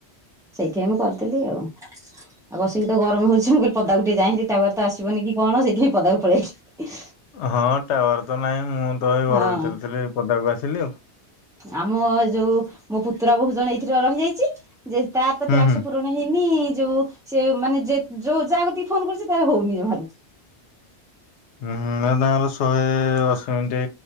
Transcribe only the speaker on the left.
ହଁ ଟାୱାର ତ ନାହିଁ ମୁଁ ତ ଏଇ ଘର
ଭିତରେ ଥିଲି ପଦାକୁ ଆସିଲି ଆଉ
ହୁଁ
ହୁଁ
ହୁଁ ନା ନା ଶହେ ଅଶୀ ମିନିଟ